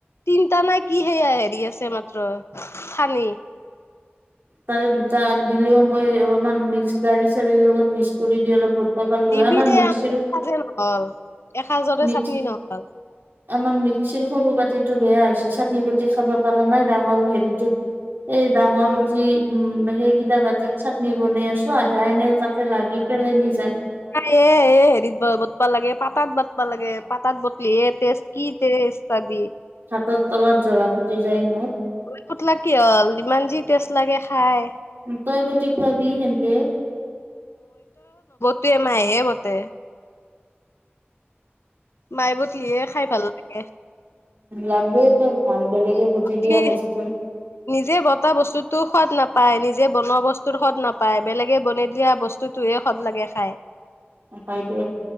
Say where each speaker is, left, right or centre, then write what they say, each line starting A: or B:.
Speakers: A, on the left (about 80°); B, on the right (about 55°).
A: তিনটা নাই কি সেয়া হেৰি আছে মাত্ৰ। থানি।
B: তাৰে দুটা আগ দিলেও মই অলপমান মিক্স গাড়ী চালিৰ লগত মিক্স কৰি দি অলপ প পালোঁ
A: দিবি
B: হয় আমাৰ
A: দে
B: মিক্সিৰ
A: এসাঁজে নহল এসাঁজৰে
B: মিক্স,
A: চাটনি নহল
B: আমাৰ মিক্সিৰ সৰু বাতি টো বেয়া হৈছে চাটনি পুতি খাব পৰা নাই ডাঙৰ হেৰিটোত। এই ডাঙৰ যি উম সেইকিটা বাতিত চাটনি বনাই আছো। আধা এনে তাতে লাগি পেলেনি যায়
A: হেৰিতটা লাগে পাত <unintelligible> পাতাত বাটবা লাগে, পাতাত বটলি এ টেষ্ট কি টেষ্ট পাবি
B: হাতত তলত জ্বলা ফুটি যায় মোৰ
A: ফুতলা কি হল ইমান যি টেষ্ট লাগে খাই।
B: তই বটি খোৱাবি সেনকে।
A: ত এ মাইহে বতে। মাই বটলিয়ে খাই ভাল লাগে।
B: লাগব তোৰ ভাল বেলেগে বটি
A: কি
B: দিয়া বস্তু
A: নিজে বতা বস্তুতো সোৱাদ নাপায়, নিজে বনোৱা বস্তুৰ সোৱাদ নাপায় বেলেগে বনাই দিয়া বস্তুতো টোৱে সোৱাদ লাগে খায়।
B: অ' হয় দে।